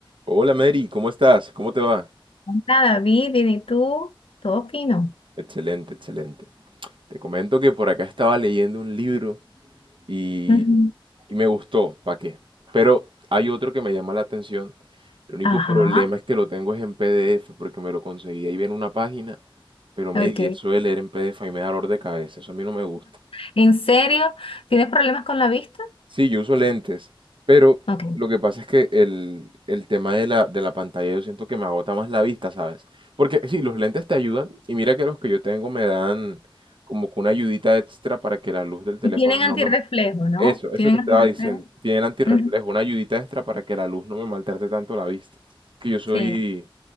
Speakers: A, on the right; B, on the left.
A: Hola Mary, ¿cómo estás? ¿Cómo te va?
B: Nada David, bien, ¿y tú? Todo fino.
A: Excelente, excelente. Te comento que por acá estaba leyendo un libro y,
B: Ujú.
A: y me gustó, ¿para qué? Pero hay otro que me llama la atención. El único
B: Ajá,
A: problema es que lo tengo es en PDF porque me lo conseguí ahí en una página, pero Mary,
B: ok.
A: eso de leer en PDF ahí me da dolor de cabeza, eso a mí no me gusta.
B: ¿En serio? ¿Tienes problemas con la vista?
A: Sí, yo uso lentes, pero
B: Ok.
A: lo que pasa es que el, el tema de la, de la pantalla yo siento que me agota más la vista, ¿sabes? Porque sí, los lentes te ayudan y mira que los que yo tengo me dan como que una ayudita extra para que la luz del teléfono
B: Y tienen
A: no
B: antirreflejo,
A: me...
B: ¿no?
A: Eso, eso
B: ¿Tienen
A: te estaba
B: antirreflejo?
A: diciendo. tiene Tienen antirreflejo,
B: Ujú.
A: una ayudita extra para que la luz no me maltrate tanto la vista. Que yo soy
B: Sí.